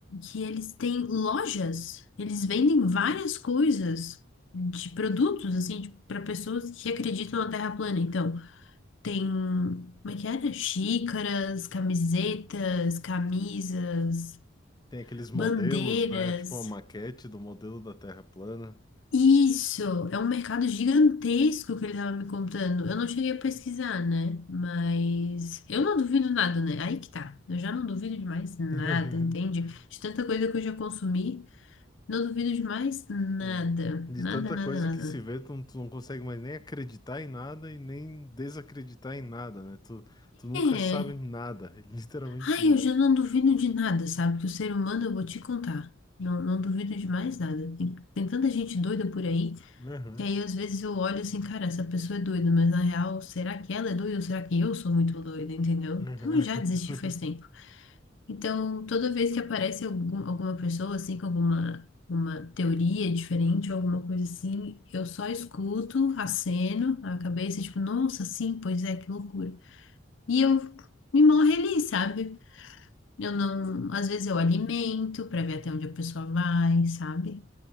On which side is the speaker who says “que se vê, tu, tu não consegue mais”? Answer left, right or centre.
Left